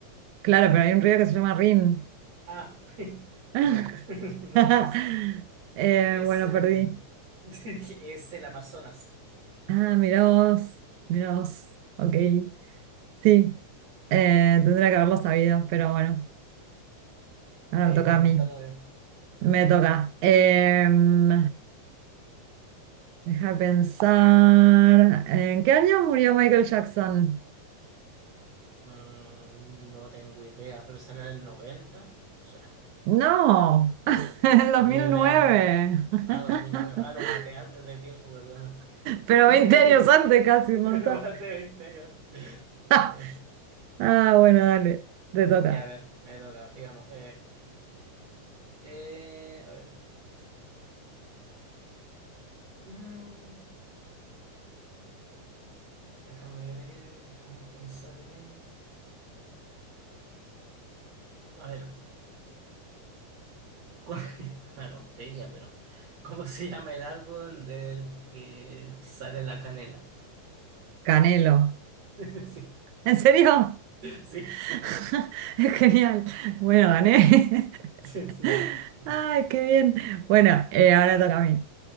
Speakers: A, on the right; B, on the right.
A: Claro, pero hay un río que se llama Rin.
B: Ah, <laughs>
A: <laughs>
B: no. <laughs> No, no
A: <laughs>
B: es.
A: Eh,
B: Es
A: bueno,
B: el.
A: perdí.
B: <laughs> Es el Amazonas.
A: Ah, mirá vos, mirá vos. Ok, sí, eh, tendría que haberlo sabido, pero bueno,
B: Ya,
A: ahora me toca
B: igual
A: a mí.
B: no está novio.
A: Me toca. Em, deja de pensar. ¿En qué año murió Michael Jackson?
B: Mm, no tengo idea, pero será en el noventa O sea,
A: No, <laughs> en dos
B: ni
A: mil
B: idea.
A: nueve. <laughs>
B: Ah, dos mil nueve Ah, lo maté antes de tiempo, perdona.
A: Pero
B: <laughs>
A: 20 años antes casi, un montón.
B: Lo maté veinte años.
A: <laughs>
B: antes.
A: Ah, bueno, dale, te toca.
B: Ya, a ver, me toca, digamos. eh, eh, a ver. Mm, déjame ver, déjame pensar bien. A ver, <laughs> ¿cuál- una tontería, pero ¿cómo se llama el árbol del que sale la canela?
A: Canelo.
B: <laughs> Sí,
A: ¿En serio?
B: sí, 100%.
A: <laughs> Genial. Bueno, gané.
B: Sí, sí,
A: <laughs>
B: <laughs> ya. Ujú.
A: Ay, qué bien. Bueno, eh, ahora toca a mí.